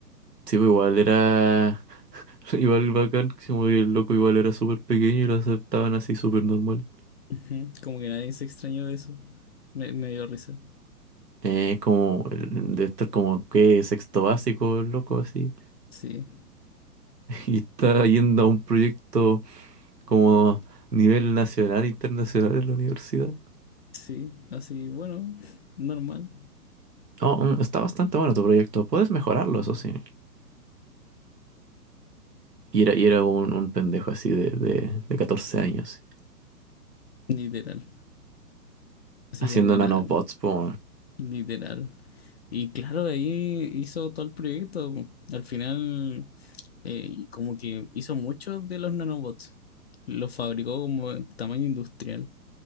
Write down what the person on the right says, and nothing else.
Sí, pues igual era... <laughs> Igual bacán, que se movía el loco igual era súper pequeño y lo aceptaban así súper normal.
Eh, como, el- de estar como que sexto básico, loco, así.
<laughs> Y está yendo a un proyecto como a nivel nacional, internacional en la universidad.
Oh, mm, está bastante bueno tu proyecto. Puedes mejorarlo, eso sí. Y era, y era un, un pendejo así de, de, de 14 años,
haciendo
nanobots,
po.